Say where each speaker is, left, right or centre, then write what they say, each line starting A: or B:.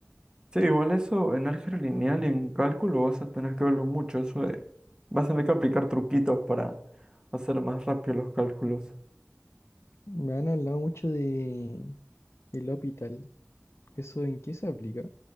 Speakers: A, on the right; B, on the left.
A: Sí, igual eso en álgebra lineal y en cálculo vas a tener que verlo mucho. Eso de- vas a tener que aplicar truquitos para hacer más rápido los cálculos.
B: Me han hablado mucho de el hospital. ¿Eso en qué se aplica?